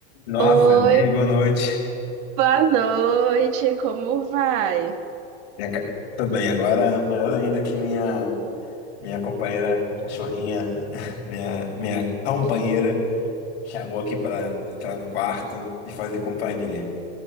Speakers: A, on the left; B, on the right.
A: Nossa,
B: Oi,
A: e aí, boa noite.
B: boa noite, como vai?
A: Minha ca- Tô bem, agora melhor ainda que minha minha companheira cachorrinha, minha minha companheira chamou aqui pra entrar no quarto e fazer companhia.